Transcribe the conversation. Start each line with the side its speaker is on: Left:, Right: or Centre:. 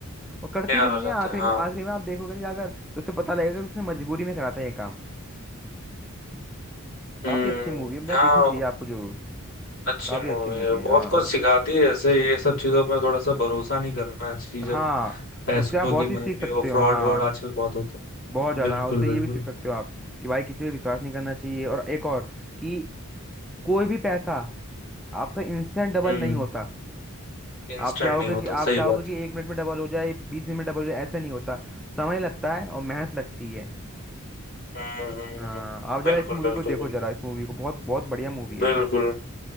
Centre: और करती
Left: प्यार
Centre: भी नहीं
Left: हो
Centre: है
Left: जाता
Centre: आखिरी
Left: है हाँ
Centre: में आखिरी में आप देखोगे ना जाकर तो उससे पता लगेगा कि उसने मजबूरी में करा था ये काम
Left: हम्म
Centre: काफी अच्छी मूवी है मतलब
Left: हाँ
Centre: देखनी चाहिए आपको जरूर
Left: अच्छी
Centre: काफी
Left: मूवी
Centre: अच्छी मूवी
Left: है
Centre: है
Left: बहुत
Centre: हाँ
Left: कुछ सिखाती है ऐसे ये सब चीजों में थोड़ा सा भरोसा नहीं करना चाहिए जब
Centre: हाँ
Left: पैसों
Centre: उससे आप बहुत
Left: के
Centre: सी
Left: मामले
Centre: सीख सकते
Left: हो
Centre: हो
Left: फ्रॉड
Centre: हाँ
Left: वॉड आजकल बहुत होते
Centre: बहुत
Left: हैं
Centre: ज़्यादा
Left: बिल्कुल
Centre: हाँ उससे
Left: बिल्कुल
Centre: ये भी सीख सकते हो आप कि भाई किसी पे विश्वास नहीं करना चाहिए और एक और कि कोई भी पैसा आपका इंस्टेंट डबल
Left: हम्म
Centre: नहीं होता
Left: इंस्टेंट
Centre: आप चाहोगे
Left: नहीं होता
Centre: कि आप
Left: सही
Centre: चाहोगे
Left: बात
Centre: कि एक मिनट में डबल हो जाए बीस मिनट में डबल हो जाए ऐसा नहीं होता समय लगता है और मेहनत लगती है
Left: है हम्म हम्म,
Centre: हाँ
Left: हम्म,
Centre: आप
Left: बिल्कुल
Centre: जरा इस मूवी
Left: बिल्कुल
Centre: को देखो
Left: बिल्कुल
Centre: जरा इस मूवी को बहुत बहुत बढ़िया मूवी है
Left: बिल्कुल
Centre: ये